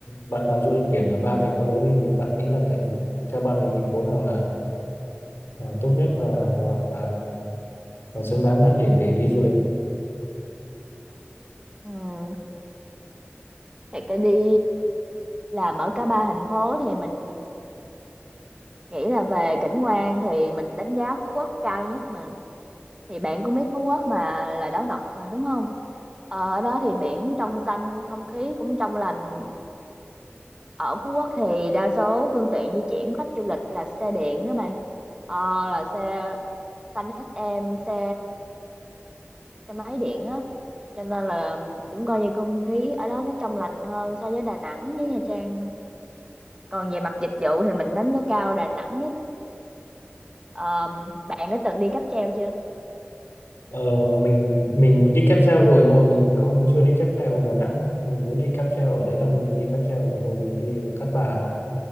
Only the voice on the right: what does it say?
ừm, thì cái đi làm ở cả ba thành phố thì mình nghĩ là về cảnh quan thì mình đánh giá Phú Quốc cao nhất mà. Thì bạn cũng biết Phú Quốc mà là đảo ngọc mà đúng không? Ờ, Ở đó thì biển trong xanh, không khí cũng trong lành. Ở Phú Quốc thì đa số phương tiện di chuyển khách du lịch là xe điện các bạn. Ờ, là xe xanh SM, xe xe máy điện á cho nên là cũng coi như không khí ở đó nó trong lành hơn so với Đà Nẵng với Nha Trang còn về mặt dịch vụ thì mình đánh giá cao Đà Nẵng nhất Ờ, bạn đã từng đi cáp treo chưa